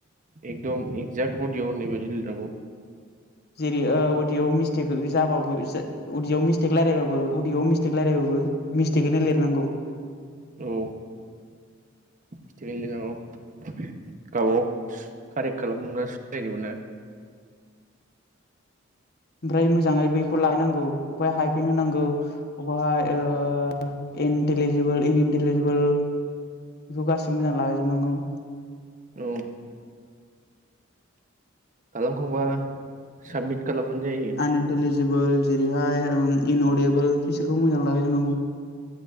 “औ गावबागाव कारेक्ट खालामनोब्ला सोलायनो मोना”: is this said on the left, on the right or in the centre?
Right